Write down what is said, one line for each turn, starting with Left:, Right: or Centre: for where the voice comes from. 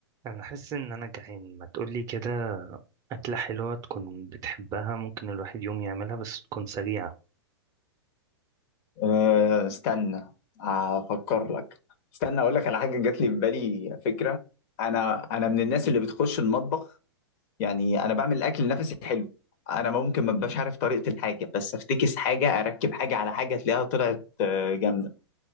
Right: انا حاسس ان انا جعان ما تقولي كده اكله حلوه تكون بتحبها ممكن الواحد يوم يعملها بس تكون سريعه
Left: أه، استنى افكر لك استنى اقول لك على حاجه جات لي في بالي فكره انا انا من الناس اللي بتخش المطبخ يعني انا بعمل الاكل نفسي حلو انا ممكن ما ابقاش عارف طريقه الحاجه بس افتكس حاجه اركب حاجه على حاجه تلاقيها طلعت آه، جامده